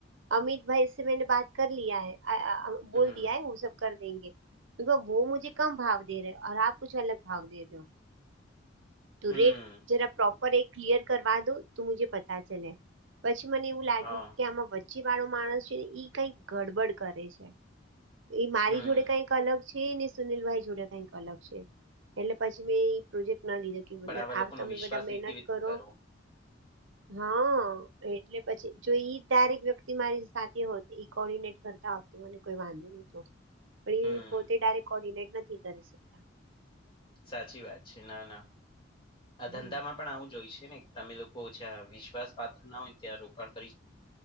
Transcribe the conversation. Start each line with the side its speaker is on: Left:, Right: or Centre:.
Right: અમિતભાઈ સ મેને બાત કર લ હૈ બોલ
Left: હમ
Right: દ હ સબ કર દેે વો મુજે કમ ભાવ દે આપ કુ અલગ ભાવ દે ર હો
Left: <inaudible>
Right: તો
Left: હમ
Right: રેટ જરા પ્રોપર એક ક્લયર કરવા દો તો મુે પતા ચલે. પછી મને એવું લાગ્યું
Left: હા
Right: કે આમાં ચ વાળો માણસ છે ઈ કઈક ગડબડ કરે છે એ મારી
Left: હમ
Right: જોડે કઈક અલગ છે ને સુનિલ ભાઈ જોડ કઈક અલગ છે એટલે પછી મેં પ્રોજેક્ટ ના લીધે
Left: પણ આવા લોકોનો
Right: તમે
Left: વિશ્વાસ
Right: બધા મહેનત
Left: એ કેવી રીતે
Right: કરો.
Left: <inaudible>
Right: હા. એટલે પછી જો ઈ ડાયરેક વ્યક્તિ મારી સાથે હોત એ કોર્ડિનેટ કરતા હોત વાંધો ન પણ
Left: હમ્મ.
Right: એ પોતે ડાયરેક્ટ કોર્ડિનેટ નથી કરીકતો
Left: સાચી વાત છે, ના ના આ ધંધામાં
Right: હમ
Left: પણ આવું જોય છે, ને તમે લોકો ઓછા વિશ્વાસ પાત્ર ના હોયને ત્યાં રોકાણ કરી